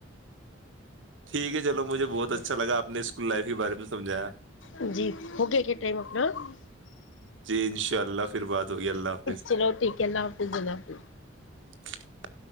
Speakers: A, on the right; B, on the left.
A: ٹھیک ہے چلو مجھے
B: کر رہے
A: بہت اچھا لگا اپنے اسکول لائف کے بارے میں سمجھایا <unintelligible>
B: ہیں جی ہو گیا کیا ٹائم ا اپ <unintelligible>
A: جی انشاء اللہ پھر بات ہوگی اللہ حافظ
B: چلو ٹھیک ہے اللہ حافظ اللہ حافظ
A: <unintelligible>